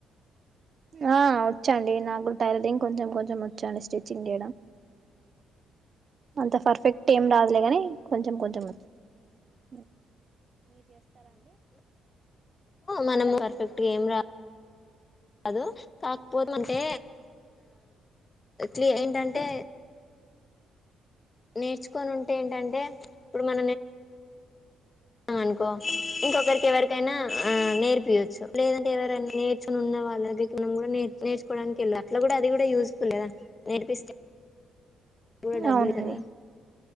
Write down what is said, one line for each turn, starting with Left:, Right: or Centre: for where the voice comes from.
Right: ఆ వచ్చండి నాకు కూడా టైలర్దింగ్ కొంచెం కొంచెం వచ్చండి స్టిచ్చింగ్ చేయడం అంత పర్ఫెక్ట్ ఏం రాదులేగాని కొంచెం కొంచెం వచ్చ ఆ
Left: మనం వర్క్ ఫిట్ గా ఏం రా కాదు కాకపోతే అంటే క్లియ ఏంటంటే. నేర్చుకొని ఉంటే ఏంటంటే ఇప్పుడు మనం నేర్చుకున్నా అ అనుకో ఇంకొకరికి ఎవరికైనా ఆ నేర్పియొచ్చు లేదంటే ఎవరన్నీ చున్న వాళ్ళ దగ్గరకి మనం కూడా నేర్ నేర్చుకోవడానికి వేళ్ళ అట్లా కూడా అది కూడా యూసుఫుల్ కదా నేర్పిస్తే కూడా డబ్బులు
Right: అవునండి
Left: కదా. ఇస్తారు